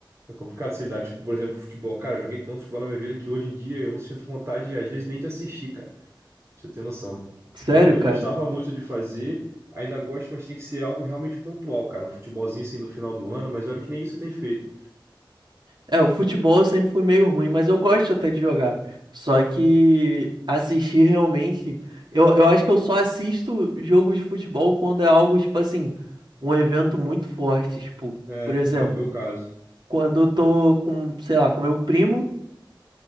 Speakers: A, on the right; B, on the right.
A: É complicado você dar, tipo, por exemplo, futebol. Cara, eu joguei tanto futebol na minha vida que hoje em dia eu não sinto vontade, às vezes, nem de assistir, cara. Pra você ter noção.
B: Sério,
A: É o que eu
B: cara?
A: gostava muito de fazer, ainda gosto, mas tem que ser algo realmente pontual, cara. Um futebolzinho assim do final do ano, mas olha que nem isso eu tenho feito.
B: É, o futebol eu sempre fui meio ruim, mas eu gosto até de jogar. Só que assistir realmente. Eu, eu acho que eu só assisto jogo de futebol quando é algo, tipo assim, um evento muito forte. Tipo,
A: É,
B: por exemplo,
A: é o meu caso.
B: quando eu tô com, sei lá, com meu primo.